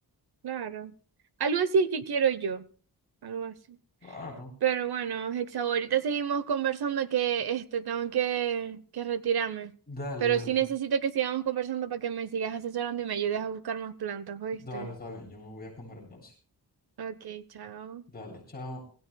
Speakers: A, on the right; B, on the left.
A: claro. Algo así es que quiero yo. algo así.
B: Claro.
A: Pero bueno, Hexa, ahorita seguimos conversando que este tengo que, que retirarme.
B: Dale,
A: Pero
B: dale.
A: sí necesito que sigamos conversando para que me sigas asesorando y me ayudes a buscar más plantas, ¿oíste?
B: Dale, está bien, yo me voy a comer entonces.
A: Ok, chao.
B: Dale, chao.